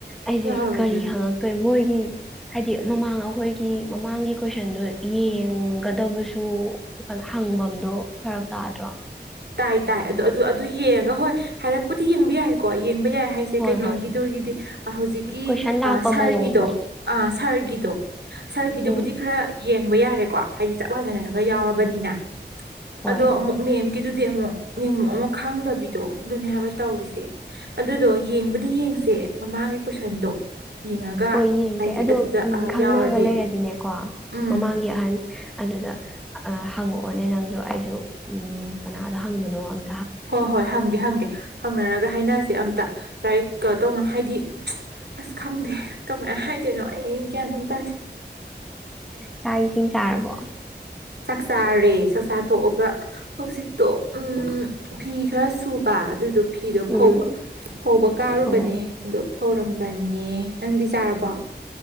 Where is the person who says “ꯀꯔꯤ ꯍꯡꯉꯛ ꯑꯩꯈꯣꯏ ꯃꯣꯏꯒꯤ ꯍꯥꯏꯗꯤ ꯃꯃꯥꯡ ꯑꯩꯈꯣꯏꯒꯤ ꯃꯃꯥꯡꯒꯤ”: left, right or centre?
Centre